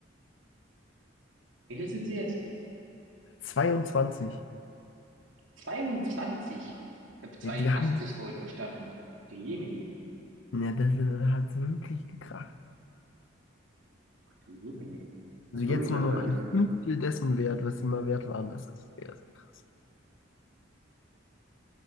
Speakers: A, on the right (about 80°); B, on the left (about 80°).
A: Wie viel sind sie jetzt?
B: zweiundzwanzig,
A: 22. Ich habe 82
B: Ja, die haben,
A: vorhin verstanden. Die Jemini,
B: ja, das hat wirklich gekracht.
A: die Jemini. Da
B: Also
A: Ist
B: jetzt
A: wirklich
B: nur
A: was
B: noch
A: passiert?
B: ein Fünftel dessen wert, was sie mal wert waren. Das ist sehr, sehr krass.